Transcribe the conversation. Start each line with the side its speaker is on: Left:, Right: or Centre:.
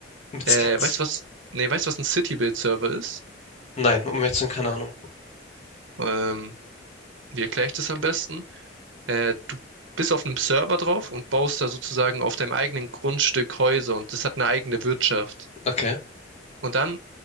Left: Mit
Right: Äh,
Left: Skins?
Right: weißt du was? Nee, weißt du, was ein City-Build-Server ist?
Left: Nein, um ehrlich zu sein, keine Ahnung.
Right: Ähm, wie erkläre ich das am besten? Äh, du bist auf einem Server drauf und baust da sozusagen auf deinem eigenen Grundstück Häuser und das hat eine eigene Wirtschaft.
Left: Okay.
Right: Und dann,